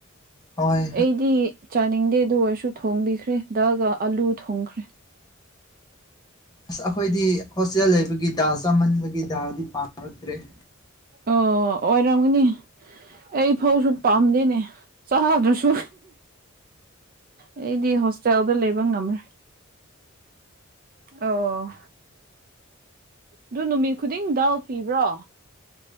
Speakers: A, on the left; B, on the right.
A: ꯍꯣꯏ
B: ꯑꯩꯗꯤ ꯆꯥꯅꯤꯡꯗꯦ ꯑꯗꯨ ꯑꯣꯏꯔꯁꯨ ꯊꯣꯡꯕꯤꯈ꯭ꯔꯦ ꯗꯜꯒꯥ ꯑꯂꯨ ꯊꯣꯡꯈ꯭ꯔꯦ
A: ꯑꯁ ꯑꯩꯈꯣꯏꯗꯤ ꯍꯣꯁꯇꯦꯜ ꯂꯩꯕꯒꯤ ꯗꯥꯜ ꯆꯥꯃꯟꯕꯒꯤ ꯗꯥꯜꯗꯤ ꯄꯥꯝꯔꯛꯇ꯭ꯔꯦ
B: ꯑꯣ ꯑꯣꯏꯔꯝꯒꯅꯤ ꯑꯩ ꯐꯧꯁꯨ ꯄꯥꯝꯗꯦꯅꯦ ꯆꯗ꯭ꯔꯁꯨ ꯑꯩꯗꯤ ꯍꯣꯁꯇꯦꯜꯗ ꯂꯩꯕ ꯉꯝꯔꯣꯏ ꯑꯣ ꯑꯗꯨ ꯅꯨꯃꯤꯠ ꯈꯨꯗꯤꯡ ꯗꯜ ꯄꯤꯕ꯭ꯔꯣ